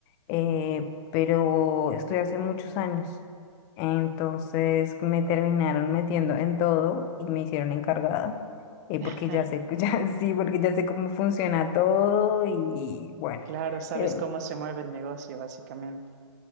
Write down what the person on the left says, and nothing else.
eh, pero estoy hace muchos años, entonces me terminaron metiendo en todo y me hicieron encargada, eh,
porque ya sé, <laughs> ya, sí, porque ya sé cómo funciona todo y bueno,
pero-